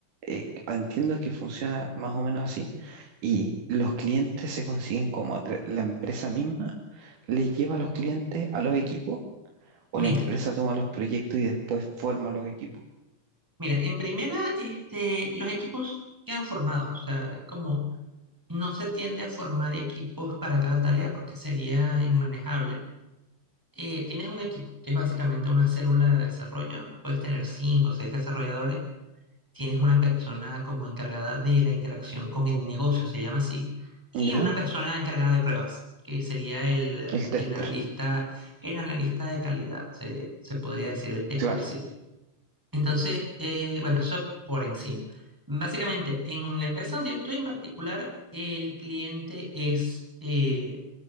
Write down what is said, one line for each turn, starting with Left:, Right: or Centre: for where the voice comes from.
Right: eh, entiendo que funciona más o menos así. Y los clientes se consiguen como a tra- la empresa misma le lleva a los clientes a los equipos o
Centre: mira,
Right: la empresa toma los proyectos y después forma los equipos.
Centre: mira, en primera, este, los equipos quedan formados, o sea, es como no se tiende a formar equipos para cada tarea porque sería inmanejable. Eh, tienes un equipo, que es básicamente una célula de desarrollo, puedes tener cinco o seis desarrolladores, tienes una persona como encargada de la interacción con el negocio, se llama así, y
Right: ¿Ya?
Centre: una persona encargada de pruebas, que sería el,
Right: El
Centre: el
Right: tester,
Centre: analista, el analista de calidad, se, se podría decir el tester,
Right: claro.
Centre: sí. Entonces, eh, bueno, eso por encima. Básicamente, en la empresa donde yo estoy en particular, el cliente es eh,